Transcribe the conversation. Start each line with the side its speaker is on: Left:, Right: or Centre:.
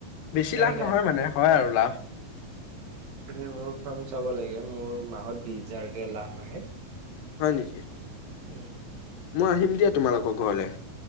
Left: বেছি
Right: কেনেকে
Left: লাভ নহয়
Right: আহে
Left: মানে হয় আৰু লাভ।
Right: তুমি মোৰ ফাৰ্ম চাব লাগে মোৰ বিছ হাজাৰ কে লাভ আহে।
Left: হয় নিকি?
Right: উম।
Left: মই আহিম দিয়া তোমালোকৰ ঘৰলৈ।